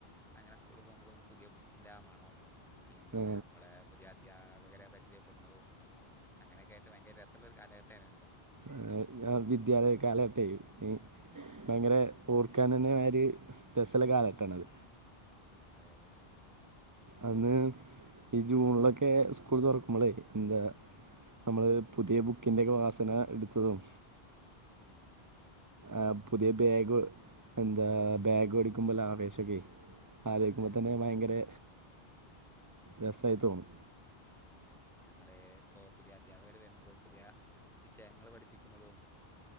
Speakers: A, in the centre; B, on the right.
A: അങ്ങനെ സ്കൂളിൽ പോകുന്നതും പുതിയ ബുക്കിൻ്റെ ആ മണവും പിന്നെ
B: ആ,
A: നമ്മടെ പുതിയ അധ്യാപകരെ പരിചയപ്പെടുന്നതും അങ്ങനൊക്കെ ആയിട്ട് ഭയങ്കര രസള്ളൊരു കാലഘട്ടേനല്ലോ
B: ആഹ് ആഹ് വിദ്യാലയ കാലഘട്ടവേ ഭയങ്കര ഓർക്കാനെന്നെ മാതിരി രസവുള്ള കാലഘട്ടമാണത്
A: ഉം അതെ അതെ
B: അന്ന് ഈ ജൂണിലൊക്കെ സ്കൂൾ തുറക്കുമ്പളേ എന്താ നമ്മള് പുതിയ ബുക്കിന്റെയൊക്കെ വാസന എടുത്തതും
A: ഉം
B: ആഹ് പുതിയ ബാഗ് എന്താ ബാഗ് മേടിക്കുമ്പോളുള്ള ആവേശമൊക്കെയെ ആലോചിക്കുമ്പോ
A: ആ അതെ അതെ
B: തന്നെ ഭയങ്കരെ രസവായി തോന്നും
A: ഉം നമ്മള് ഇപ്പോ പുതിയ അദ്ധ്യാപകര് വരുന്നതും പുതിയ വിഷയങ്ങള് പഠിപ്പിക്കുന്നതും